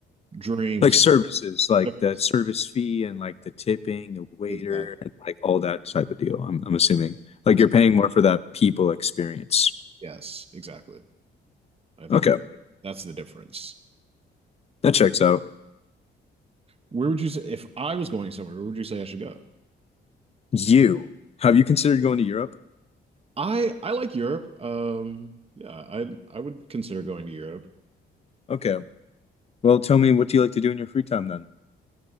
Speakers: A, on the right (about 30°); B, on the left (about 30°).
A: drinks,
B: like services, like
A: services.
B: the service fee and like the tipping, the waiter,
A: Exactly.
B: and like all that type of deal. I'm I'm assuming like
A: Exactly.
B: you're paying more for that people experience.
A: Yes, exactly. I think
B: Okay,
A: that's the difference.
B: that checks out.
A: Where would you say if I was going somewhere, where would you say I should go?
B: You have you considered going to Europe?
A: I I like Europe. Um, yeah, I I would consider going to Europe.
B: Okay. Well, tell me, what do you like to do in your free time then?